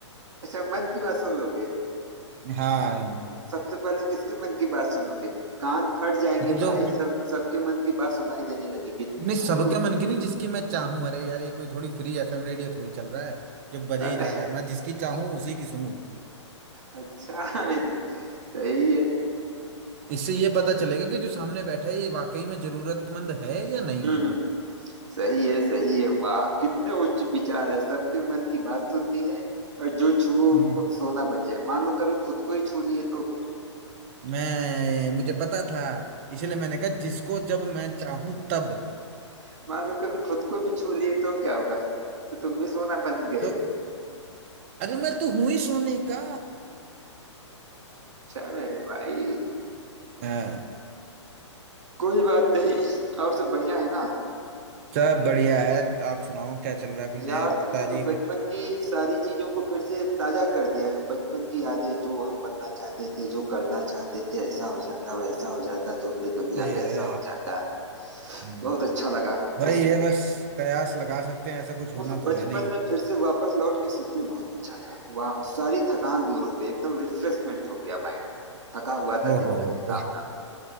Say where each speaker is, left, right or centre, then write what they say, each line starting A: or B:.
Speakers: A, on the right; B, on the right.
A: अच्छा मन की बात सुन लोगे
B: हाँ
A: सबसे पहले किसके मन की बात सुनोगे कान फट जाएंगे
B: ये जो
A: भाई सब सबके मन की बात सुनाई देने लगेगी
B: नहीं सबके
A: हेलो
B: मन की नहीं जिसकी मैं चाहूं अरे यार ये कोई थोड़ी फ्री एफएम रेडियो थोड़ी चल रहा है जो बजे
A: अरे
B: ही जा रहा है मैं जिसकी चाहूं उसी की सुनूं
A: अच्छा सही है
B: इससे ये पता चलेगा कि जो सामने बैठा है ये वाकई में जरूरतमंद है या नहीं
A: हम्म
B: है
A: हम्म, सही है सही है वाह कितने उच्च विचार है सबके मन की बात सुननी है और जो छुओ
B: हम्म
A: प- सोना बन जाए मान लो कभी खुद को ही छू लिए तो फिर
B: मैं मुझे पता था इसलिए मैंने कहा जिसको जब मैं चाहूं तब
A: <laughs> मान लो कभी खुद को भी छू लिए तो क्या होगा तो तुम भी सोना बन गए
B: तो अरे मैं तो हूं ही सोने का
A: अच्छा मेरे भाई
B: हाँ,
A: कोई बात नहीं और सब बढ़िया है ना
B: सब बढ़िया है आप सुनाओ क्या चल रहा है कोई
A: यार
B: नया
A: तुमने
B: ताजी
A: तो बचपन
B: कुछ
A: की सारी चीजों को फिर से ताजा कर दिया है बचपन की यादें जो हम बनना चाहते थे जो करना चाहते थे ऐसा हो जाता वैसा हो जाता तो फिर दुनिया
B: सही
A: कैसा
B: है
A: हो जाता
B: हम्म,
A: बहुत अच्छा लगा
B: वही
A: उस
B: है बस कयास लगा सकते हैं ऐसा कुछ होना
A: उस बचपन
B: तो है नहीं
A: में फिर से वापस लौट के सच में बहुत मजा आया वाह सारी थकान दूर हो गई एकदम रिफ्रेशमेंट हो गया माइंड थका हुआ था
B: ओहो
A: दिन भर के काम
B: ओहो
A: धाम से